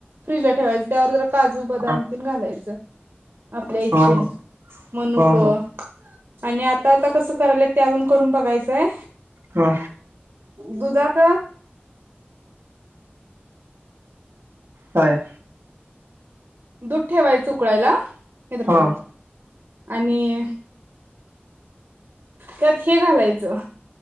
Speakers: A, on the right; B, on the right.
A: फ्रीजला ठेवायचं त्यावर जर काजू, बदाम
B: ह
A: तेन घालायचं. आपल्या इच्छेनं
B: ह
A: मणूकं
B: ह ह
A: आणि आ तर आता कसं करायलाय ते अजून करून बघायचंय.
B: हा
A: दुधात.
B: काय?
A: दूध ठेवायचं उकळायला. हे धर
B: ह
A: पाणी आणि त्यात हे घालायचं